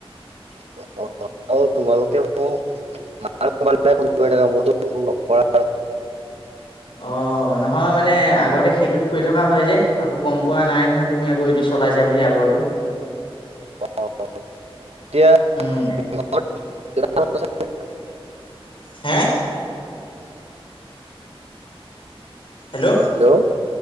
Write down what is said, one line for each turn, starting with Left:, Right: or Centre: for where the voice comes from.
Right: <unintelligible>
Left: অ', নহয় মানে আগতে সেইটোত কৰি থকা হয় যে, আকৌ গম পোৱা নাই নহয় তুমি আকৌ এইটো চলাইছা বুলি আগৰটো।
Right: <inaudible> <unintelligible>
Left: উম হে? হেল্ল'
Right: হেল্ল',